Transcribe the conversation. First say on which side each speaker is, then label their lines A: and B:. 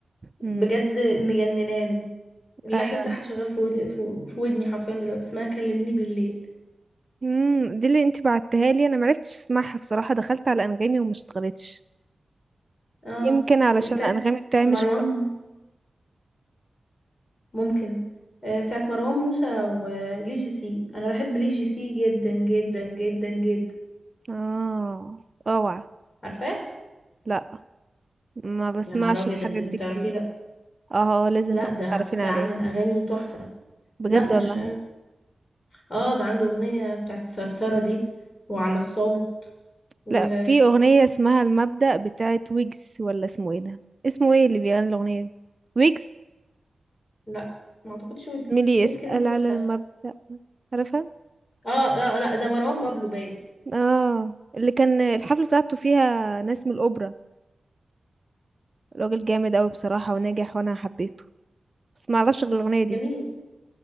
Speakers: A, on the right; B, on the left.
A: امم
B: بجد مجنناني اللحن
A: ايوه
B: بتاعها شغال في ود... في في ودني حرفيا دلوقتي اسمها كلميني بالليل
A: امم دي اللي انت بعتها لي انا معرفتش اسمعها بصراحه دخلت على انغامي وما اشتغلتش
B: اه
A: يمكن علشان
B: دي بتاعت
A: انغامي بتاعي
B: مروان
A: مش بس
B: ممكن آه، بتاعت مروان موسى ولي جي سي انا بحب لي جي سي جدا جدا جدا جدا
A: اه اوعى
B: عارفاه
A: لا ما بسمعش
B: يا نهار ابيض
A: الحاجات
B: ده انت لازم
A: دي
B: تعرفيه
A: كتير
B: بقى
A: اه آه، لازم
B: لا
A: تبقى
B: ده
A: تعرفين
B: ده
A: عليه
B: عامل اغاني تحفه
A: بجد
B: لا مش
A: والله
B: اه ده عنده اغنية بتاعت صرصرة دي وعلى الصامت و
A: لا في اغنيه اسمها المبدأ بتاعت ويجز ولا اسمه ايه ده اسمه ايه اللي بيغني الاغنيه دي ويجز
B: لا ما اعتقدش ويجز
A: ميلي
B: ممكن
A: اسأل
B: موسى
A: على المبدأ عارفة
B: اه لا لا ده مروان بابلو باين
A: اه اللي كان الحفلة بتاعته فيها ناس من الأوبرا راجل جامد أوي بصراحة وناجح وأنا حبيته بس معرفش غير الأغنية
B: جميل
A: دي